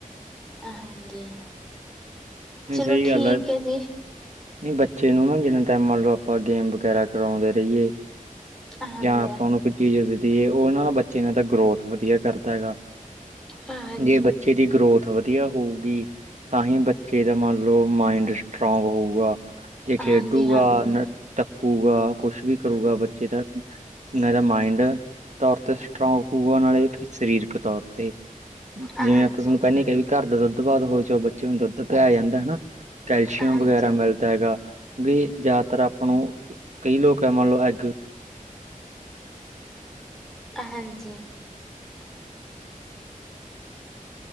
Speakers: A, in the centre; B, on the right (about 55°).
A: ਹਾਂਜੀ
B: ਨਹੀਂ
A: ਚਲੋ
B: ਸਹੀ ਗੱਲ
A: ਠੀਕ ਹੈ ਜੀ।
B: ਨਹੀਂ ਬੱਚੇ ਨੂੰ ਨਾ ਜਿੰਨਾ ਟਾਈਮ ਮੰਨ ਲਓ ਆਪਾਂ ਗੇਮ ਵਗੈਰਾ ਕਰਾਉਂਦੇ ਰਹੀਏ।
A: ਹਾਂਜੀ।
B: ਜਾਂ ਆਪਾਂ ਨੂੰ ਕੋਈ ਚੀਜ਼ ਦੇ ਦਈਏ ਉਹ ਉਹਨਾਂ ਦਾ ਬੱਚੇ ਨੇ ਤਾਂ ਗਰੋਥ ਵਧੀਆ ਕਰਦਾ ਹੈਗਾ।
A: ਹਾਂਜੀ।
B: ਜੇ ਬੱਚੇ ਦੀ ਗਰੋਥ ਵਧੀਆ ਹੋਊਗੀ ਤਾਂ ਹੀ ਬੱਚੇ ਦਾ ਮੰਨ ਲਓ ਮਾਇੰਡ ਸਟਰੋਂਗ ਹੋਊਗਾ। ਜੇ ਖੇਡੂਗਾ
A: ਹਾਂਜੀ-ਹਾਂਜੀ,
B: ਨਾ
A: ਹਾਂਜੀ,
B: ਟੱਪੂਗਾ ਕੁਛ ਵੀ ਕਰੂਗਾ ਬੱਚੇ ਦਾ ਨਰਮਮਾਇੰਡ ਤੌਰ ਤੇ ਸਟਰੋਂਗ ਹੋਊਗਾ ਨਾਲੇ ਸਰੀਰਕ ਤੌਰ ਤੇ ।
A: ਹਾਂਜੀ,
B: ਜਿਵੇਂ ਆਪਾਂ ਤੁਹਾਨੂੰ ਪਹਿਨ ਹੀ ਕਿਹਾ ਵੀ ਘਰ ਦਾ ਦੁੱਧ ਬਾਦ ਹੋ ਜਾ ਬੱਚੇ ਨੂੰ ਦੁੱਧ ਪਿਯਾਯਾ ਜਾਂਦਾ ਹਨਾ। ਕੈਲਸ਼ੀਅਮ
A: ਹਾਂਜੀ,
B: ਵਗੈਰਾ ਮਿਲਦਾ ਹੈਗਾ। ਵੀ ਜਿਆਦਾਤਰ ਆਪਾਂ ਨੂੰ ਕਈ ਲੋਕ ਆ ਮੰਨ ਲਓ ਐਗ।
A: ਹਾਂਜੀ‌।